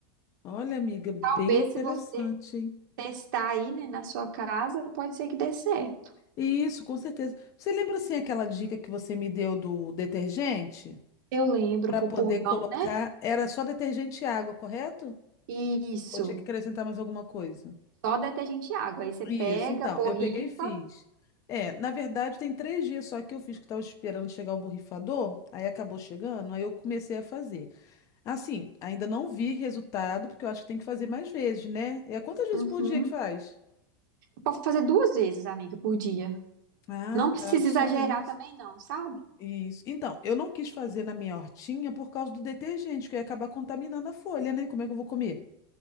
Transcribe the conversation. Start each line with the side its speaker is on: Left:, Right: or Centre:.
Left: Olha, amiga, bem
Right: Talvez
Left: interessante,
Right: se você
Left: hein?
Right: testar aí, né, na sua casa, pode ser que dê certo.
Left: Isso, com certeza. Você lembra assim aquela dica que você me deu do detergente
Right: Eu lembro,
Left: para
Right: pro
Left: poder
Right: purgão,
Left: colocar?
Right: né?
Left: Era só detergente e água, correto?
Right: Isso.
Left: Ou tinha que acrescentar mais alguma coisa?
Right: Só detergente e água. Aí você
Left: Isso,
Right: pega,
Left: então,
Right: borrifa.
Left: eu peguei e fiz. É, na verdade, tem três dias só que eu fiz, que eu tava esperando chegar o borrifador, aí acabou chegando, aí eu comecei a fazer. Assim, ainda não vi resultado, porque eu acho que tem que fazer mais vezes, né? É quantas vezes
Right: Uhum.
Left: por dia que faz?
Right: Você Pode fazer duas vezes, amiga, por dia.
Left: Ah,
Right: Não precisa
Left: tá, só
Right: exagerar
Left: isso.
Right: também, não, sabe?
Left: Isso. Então, eu não quis fazer na minha hortinha por causa do detergente, que eu ia acabar contaminando a folha, né? Como é que eu vou comer?